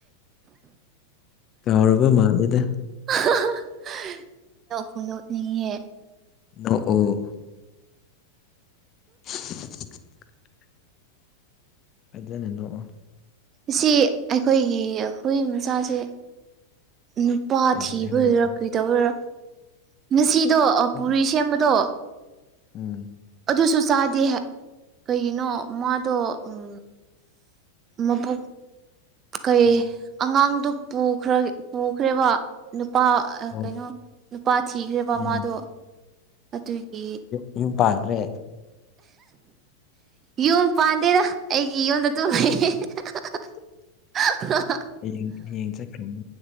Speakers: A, on the left; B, on the right.
A: ꯀꯥꯎꯔꯕ ꯃꯥꯜꯂꯤꯗ
B: ꯍꯥ ꯍꯥ ꯅꯣꯛꯄꯨ ꯅꯣꯛꯅꯤꯉꯦꯍ‌ꯦ꯫
A: ꯅꯣꯛꯑꯣ <unintelligible> ꯐꯖꯅ ꯅꯣꯛꯑꯣ
B: ꯑꯁꯤ ꯑꯩꯈꯣꯏꯒꯤ ꯍꯨꯏ ꯃꯆꯥꯁꯦ ꯅꯨꯞ ꯅꯨꯄꯥ
A: ꯀꯩꯗꯧꯔꯦ
B: ꯊꯤꯕꯒꯤꯔꯥ
A: ꯍꯧꯖꯤꯛꯇ
B: ꯀꯔꯤ ꯇꯧꯕꯒꯤꯔ ꯉꯁꯤꯗꯣ ꯑꯣ
A: ꯎꯝ
B: ꯄꯨꯔꯤ ꯁꯦꯝꯕꯗꯣ꯫
A: ꯎꯝ
B: ꯑꯗꯨꯁꯨ ꯆꯥꯗꯦ ꯀꯩꯒꯤꯅꯣ ꯃꯥꯗꯣ ꯎꯝ ꯎꯝ ꯃꯕꯨꯛ ꯀꯔꯤ
A: ꯎꯝ
B: ꯑꯉꯥꯡꯗꯨ ꯄꯨꯈꯔ‌ꯦ ꯄꯨꯈ꯭ꯔꯦꯕ ꯅꯨꯄꯥ ꯑꯥ
A: ꯍꯣ
B: ꯀꯩꯅꯣ ꯅꯨꯄꯥ ꯊꯤꯈ꯭ꯔꯦꯕ
A: ꯎꯝ
B: ꯃꯥꯗꯣ ꯑꯗꯨꯒꯤ
A: ꯃꯌꯨꯝ ꯄꯥꯟꯈ꯭ꯔꯦ
B: ꯌꯨꯝ ꯄꯥꯟꯗꯦꯗ ꯑꯩꯒꯤ ꯌꯨꯝꯗ ꯑꯗꯨꯝ ꯂꯩꯌꯦ ꯍꯦꯍꯥꯍꯥ
A: <unintelligible>
B: <unintelligible> ꯍꯥ ꯍꯥ ꯍꯥ
A: ꯍꯌꯦꯡ ꯍꯌꯦꯡ ꯆꯠꯈ꯭ꯔꯅꯤ